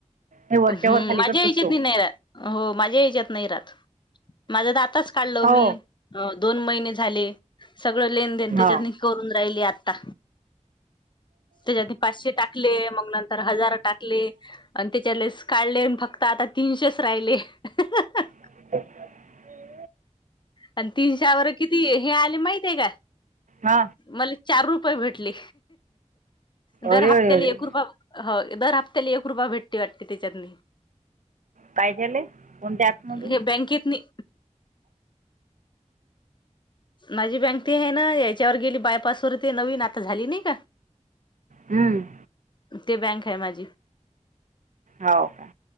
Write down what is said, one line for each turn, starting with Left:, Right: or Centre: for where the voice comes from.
Right: हे वरच्यावर
Left: हम्
Right: खाली
Left: माझ्या
Right: करतोस
Left: हेज्यात
Right: तो
Left: बी नाही राहत. हो माझ्या हेज्यात नाही राहत. माझा आताच काढल
Right: हो
Left: मी दोन महिने झाले. सगळं लेन देन त्याच्यातन
Right: हो
Left: करून राहिली आता. त्याच्यात पाचशे टाकले मग नंतर हजार टाकले आणि त्याच्या लेस काढले आणि फक्त आता तीनशेच राहिले. <unintelligible>
Right: <unintelligible>
Left: आणि तीनशावर किती हे आले माहिती आहे का
Right: हा
Left: मला चार रुपये भेटले दर
Right: अरे
Left: हप्त्याला
Right: अरे अरे
Left: एक रुपय हो दर हप्त्याला एक रुपय भेटी वाटते त्याच्यातनी.
Right: काय झाले कोणत्या ॲपमधून
Left: हे बँकेत नि माझी बँक ते आहे ना, याच्यावर गेली बायपासवर ते नवीन आता झाली नाही का.
Right: हम्म.
Left: ते बँक आहे माझी.
Right: हो का.